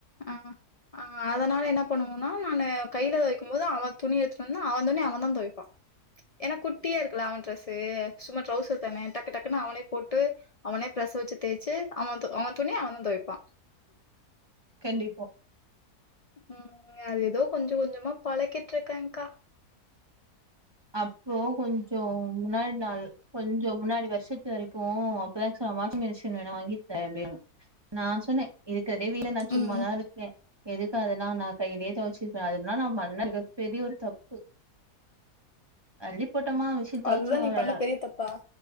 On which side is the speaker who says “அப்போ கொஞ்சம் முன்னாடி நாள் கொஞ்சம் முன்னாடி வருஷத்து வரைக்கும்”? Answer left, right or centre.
Right